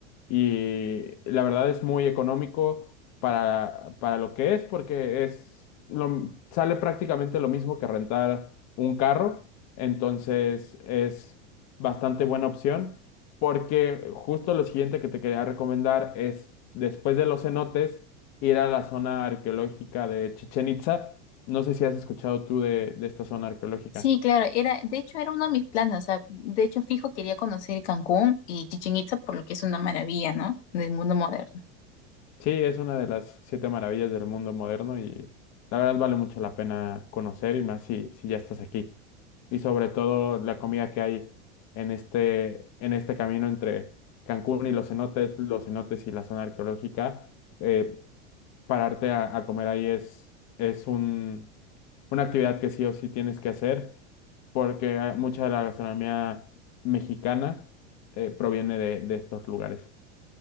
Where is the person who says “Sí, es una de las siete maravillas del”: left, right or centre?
Left